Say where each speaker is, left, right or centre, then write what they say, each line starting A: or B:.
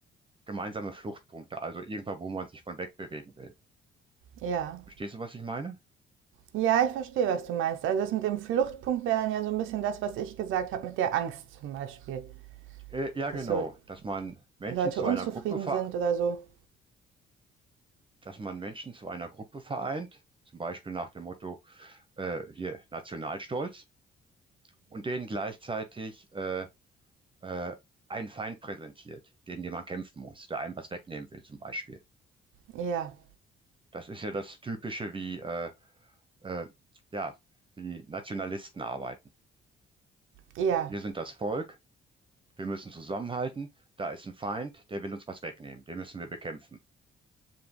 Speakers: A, on the right; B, on the right.
A: gemeinsame Fluchtpunkte, also irgendwo, wo man sich von wegbewegen will.
B: ja.
A: Verstehst du, was ich meine?
B: Ja, ich verstehe, was du meinst. Also das mit dem Fluchtpunkt wäre dann ja so ein bisschen das, was ich gesagt habe mit der Angst zum Beispiel.
A: Äh, ja,
B: Dass
A: genau,
B: so
A: dass man Menschen
B: Leute
A: zu
B: unzufrieden
A: einer Gruppe ver
B: sind oder so.
A: dass man Menschen zu einer Gruppe vereint, zum Beispiel nach dem Motto äh, hier Nationalstolz und denen gleichzeitig äh, äh, einen Feind präsentiert, gegen den man kämpfen muss, der einem was wegnehmen will, zum Beispiel.
B: Ja,
A: Das ist ja das Typische, wie äh, äh, ja, wie Nationalisten arbeiten.
B: ja,
A: Wir sind das Volk Wir müssen zusammenhalten. Da ist ein Feind, der will uns was wegnehmen. Den müssen wir bekämpfen.